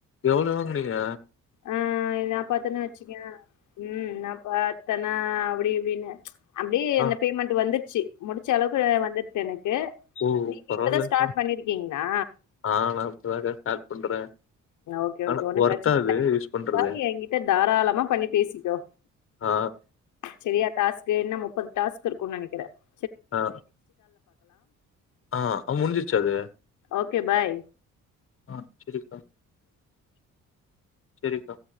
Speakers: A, on the left; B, on the left.
A: எவ்ளோ வாங்குனிங்க
B: ஆஹ் நான் பாத்தேன்னே வச்சக்கேன் உம் ந ப்ப அத்தனா அப்படி இப்படின்னு அப்படியே
A: ஆ
B: அந்த பேமெண்ட் வந்து ச்சி முடிச்ச அளவுக்கு வந்துருச்சு எனக்கு
A: ஓ!
B: நீங்க
A: பரவால்லக்கா.
B: இப்பதான் ஸ்டார்ட் பண்ணிருக்கீங்ளா
A: ஆ நான் இப்பதாக்கா ஸ்டார்ட் பண்றேன்.
B: ஓகே
A: ஆனா
B: ஓகே ஒண்ணும்
A: ஒர்த்தா
B: பிரச்சன
A: அது
B: இல்ல
A: யூஸ் பண்றது?
B: ஏதாவது என்கிட்ட தாராளமா பண்ணி பேசிக்கோ
A: ஆ,
B: சரியா டாஸ்க் க்கு இன்னும் முப்பது டாஸ்க் இருக்குனு நெனைக்கிறேன்
A: ஆஹ் ஆஹ் அ முஞ்சிச்சது
B: ஓகே பாய்
A: ஆஹ் சேரிக்கா சேரிக்கா